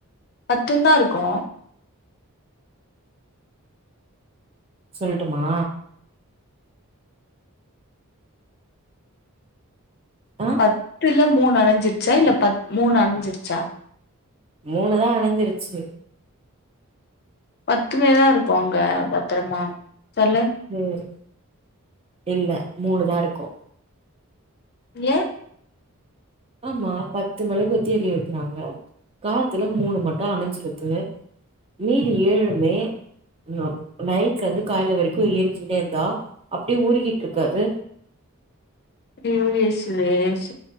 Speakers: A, on the left; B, on the right.
A: பத்துந்தான் இருக்கோ
B: சொல்ட்டுமா ஆ
A: பத்துல மூணு அணஞ்சிருச்சா இல்ல பத் மூணு அணஞ்சிருச்சா
B: மூணு தான் அணஞ்சிருச்சு
A: பத்துமே தான் இருக்கும் அங்க பத்திரமா சொல்லே
B: சேரி இல்ல மூணுதான் இருக்கும்
A: ஏ
B: ஆமா பத்து மெழுகுவர்தி எரிய வைக்கிறாங்க காத்துல மூணு மட்டும் அணஞ்சிருது மீதி ஏழுமே நோ நைட்ல இருந்து கால்ல வரைக்கும் எரிஞ்சிக்கிட்டே இருந்தா அப்டே உறிக்கிட்டு இருக்காது
A: ஐயோ ஏசுவே ச